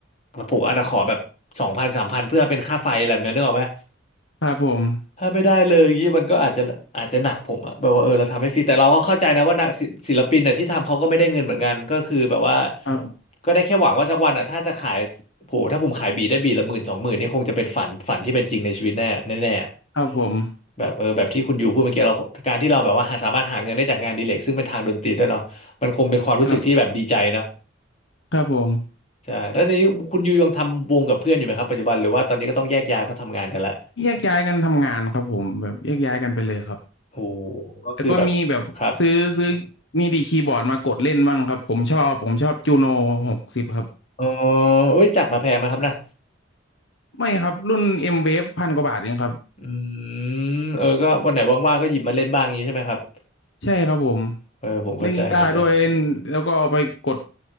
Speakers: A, on the left; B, on the left.
A: ผมอาจจะขอแบบสองพันสามพันเพื่อเป็นค่าไฟอะไรแบบนี้นึกออกไหม
B: ครับผม
A: ถ้าไม่ได้เลยยี่มันก็อาจจะอาจจะหนักผมอะแบบว่าเออเราทำให้ฟรีแต่เราก็เข้าใจนะว่านักศิศิลปินเนี่ยที่ทำเขาก็ไม่ได้เงินเหมือนกันก็คือแบบว่า
B: ครับ
A: ก็ได้แค่หวังว่าสักวันอะถ้าจะขายโหถ้าผมขายบีทได้บีทละหมื่นสองหมื่นนี่คงจะเป็นฝันฝันที่เป็นจริงในชีวิตแน่แน่แน่
B: ครับผม
A: แบบเออแบบที่คุณยูพูดเมื่อกี้เราการที่เราแบบว่าหาสามารถหาเงินได้จากงานอดีเลกซึ่งเป็นทางดนตรีด้วยเนาะมันคงเป็นความรู้สึกที่แบบดีใจเนอะ
B: ครับครับผม
A: ใช่แล้วนนี้คุณยูยังทำวงกับเพื่อนอยู่ไหมครับปัจจุบันหรือว่าตอนนี้ก็ต้องแยกย้ายเพราะทำงานกันละ
B: แยกย้ายกันทำงานครับผมแบบแยกย้ายกันไปเลยครับ
A: โอ้โหก็คือแบบครับ
B: แล้วก็มีแบบซื้อซื้อมีดีคีย์บอร์ดมากดเล่นบ้างครับผมชอบผมชอบจูโนหกสิบครับ
A: อ๋อเอ้ยจัดมาแพงไหมาครับนะ
B: ไม่ครับรุ่น M-Wave พันกว่าบาทเองครับ
A: อืมเออก็วันไหนว่างๆก็หยิบมาเล่นบ้างงี้ใช่ไหมครับ
B: ใช่ครับผม
A: เออผมเข้าใจเข้าใจ
B: เล่นกีตาร์ด้วยเล่นแล้วก็เอาไปกด